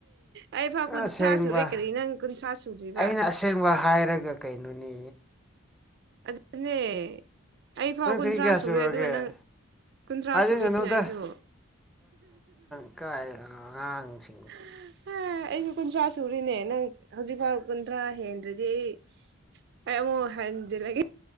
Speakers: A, on the right (about 50°); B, in the centre.
A: ꯑꯩ ꯐꯥ
B: ꯑꯁꯦꯡꯕ
A: ꯀꯨꯟꯊ꯭ꯔꯥ ꯁꯨꯔꯦ ꯀꯔꯤ ꯅꯪ ꯀꯨꯟꯊ꯭ꯔꯥ ꯁꯨꯗ꯭ꯔꯤꯕ
B: ꯑꯩꯅ ꯑꯁꯦꯡꯕ ꯍꯥꯏꯔꯒ ꯀꯩꯅꯣꯅꯦ
A: ꯑꯗꯨꯅꯦ ꯑꯩ ꯐꯥꯎ
B: ꯅꯪ
A: ꯀꯨꯟꯊ꯭ꯔꯥ
B: ꯆꯍꯤ ꯀꯌꯥ ꯁꯨꯔꯒꯦ
A: ꯁꯨꯔꯦ ꯑꯗꯨꯒ ꯅꯪ ꯀꯨꯟꯊ꯭ꯔꯥ
B: ꯍꯥꯏꯖꯤꯟꯒꯅꯨꯗ
A: ꯁꯨꯕꯤꯅꯦ ꯑꯩꯁꯨ
B: ꯏꯀꯥꯏ ꯑꯉꯥꯡꯁꯤꯡ
A: <unintelligible> ꯑꯩꯁꯨ ꯀꯨꯟꯊ꯭ꯔꯥ ꯁꯨ ꯁꯨꯔꯤꯅꯦ ꯅꯪ ꯍꯧꯖꯤꯛꯐꯥꯎ ꯀꯨꯟꯊ꯭ꯔꯥ ꯍꯦꯟꯗ꯭ꯔꯗꯤ ꯑꯩ ꯑꯩ ꯑꯃꯨꯛ ꯍꯟꯖꯤꯜꯂꯒꯦ